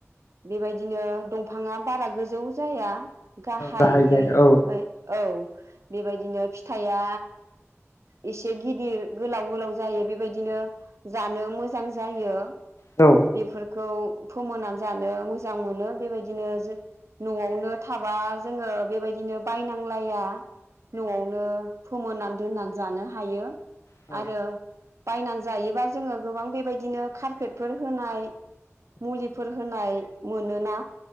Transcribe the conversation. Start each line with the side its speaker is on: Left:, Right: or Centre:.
Right: बेबायदिनो दंफांङा बारा गोजौ जाया गाहायै
Left: गाहाय जाया
Right: ओमफाय
Left: औ
Right: औ बेबायदिनो फि थाइया एसे गिदिर गोलाव गोलाव जायो बेबायदि बिदिनो जानो मोजां जायो
Left: औ
Right: बेफोरखौ फोमोननानै जानो मोजां मोनो बेबायदिनो जो न'आवनो थाबा जोंङो बेबायदिनो बायनांलाया न'आवनो फोमोननानै दोननानै जानो हायो
Left: औ
Right: आरो बायनानै जायोबा जोंङो गोबां बेबायदिनो कारपेट फोर होनाय मुलिफोर होनाय मोनोना